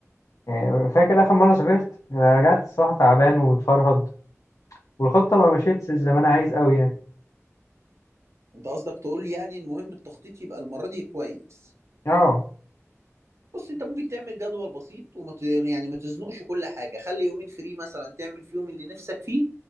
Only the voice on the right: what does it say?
أنت قصدك تقول لي يعني المهم التخطيط يبقى المرة دي كويس
بص أنت ممكن تعمل جدول بسيط وما ت... يعني ما تزنقش كل حاجة خلي يومين فري مثلا تعمل فيهم اللي نفسك فيه